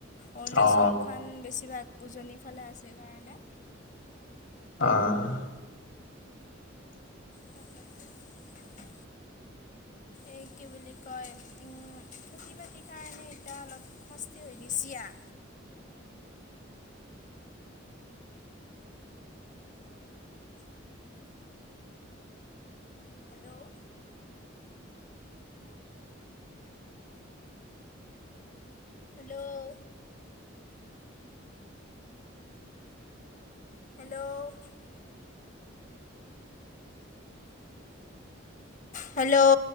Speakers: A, on the left; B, on the left.
A: অৰুণাচলখন
B: অ
A: বেছিভাগ উজনিৰ ফালে আছে কাৰণে।
B: অঁ
A: তাকেটো ঢি ঢি
B: উ <inaudible>
A: এই কি বুলি কয়, খেতি-বাতিৰ কাৰণে এতিয়া অলপ শাস্তি হৈগেছি আ। Hello hello hello hello